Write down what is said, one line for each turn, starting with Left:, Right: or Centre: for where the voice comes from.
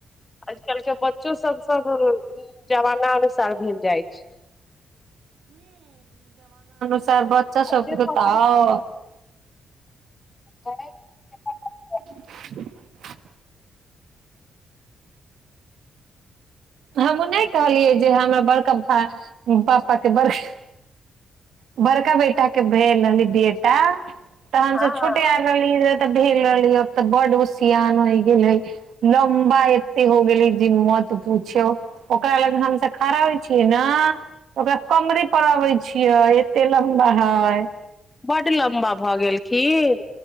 Left: आजकल के बच्चो सब सब ह जमाना अनुसार भेल जाइ छै
Right: सार बच्चा सबके
Left: जे पसन्द
Right: दओ
Left: त
Right: <unintelligible> हमहूँ नहि कहलियै जे हमरा बड़का भाय पापाके बड़का बड़का बेटााके भेल रहली बेटा तऽ हमसभ
Left: हँ
Right: छोटे आल रहली रह त भेल रहलै आब तऽ बड उसियान होय गेल है लमबा एते हो गेली जी मत पूछौ ओकरा लग हमस खड़ा होइ छियै ने ओकरा कमरे पर अबै छै छियै एते लम्बा हइ
Left: बड्ड लम्बा भऽ गेलखिन